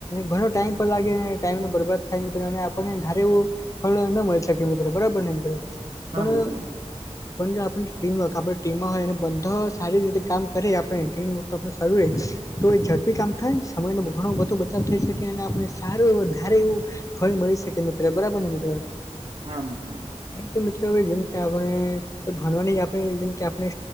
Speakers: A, on the left; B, on the right.
A: ઘણો ટાઈમ પણ લાગે ટાઈમ નો બરબાદ થાય મિત્ર અને આપણને ધારે એવું ફળ ન મળી શકે મિત્ર બરાબર ને મિત્ર
B: હા
A: પણ
B: મિત્ર
A: પણ જો આપણ ટીમવર્ક આપ ટીમ હોય ને બધા સારી રીતે કામ કરે આપે ટીમ તો આપણ સારુ રે તો ઝડપી કામ થાય ન સમય નો ઘણો બધો વ થય શકે અને આપને સારું એવુ વધારે એવું ફળ મળી શકે મિત્ર બરાબર ને મિત્ર
B: હા મિત્ર
A: કેમ કે મિત્ર હવે જેમ કે આપણે ભણવાની આપણે જેમ કે આપણે